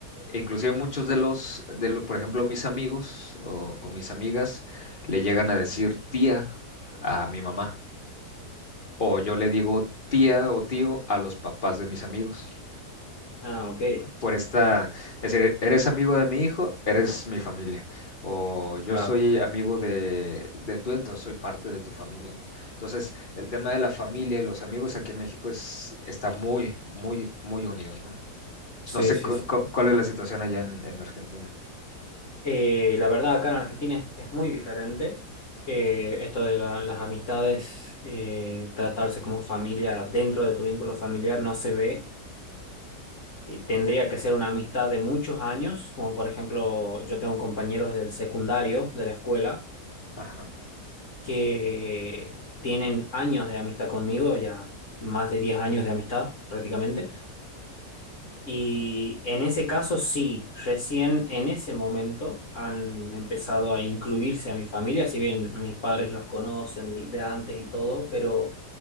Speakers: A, on the left (about 30°); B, on the left (about 50°).
A: e inclusive muchos de los, de lo- por ejemplo, mis amigos o, o mis amigas le llegan a decir tía a mi mamá. O yo le digo tía o tío a los papás de mis amigos
B: Ah, ok.
A: por esta, es decir, eres amigo de mi hijo, eres mi familia. O yo
B: claro.
A: soy amigo de, de tú, entonces soy parte de tu familia, ¿no? Entonces, el tema de la familia y los amigos aquí en México es, está muy, muy, muy unido, ¿no?
B: Sí,
A: No sé
B: sí,
A: cu-
B: sí.
A: cu- cuál es la situación allá en, en Argentina.
B: Eh, la verdad, acá en Argentina es, es muy diferente. eh, esto de la- las amistades, eh, tratarse como familia dentro de tu vínculo familiar no se ve. Y tendría que ser una amistad de muchos años, como por ejemplo, yo tengo compañeros del secundario, de la escuela,
A: Ajá.
B: que tienen años de amistad conmigo, ya más de 10 años de amistad prácticamente. Y en ese caso sí, recién en ese momento han empezado a incluirse a mi familia, si bien mis padres los conocen de de antes y todo, pero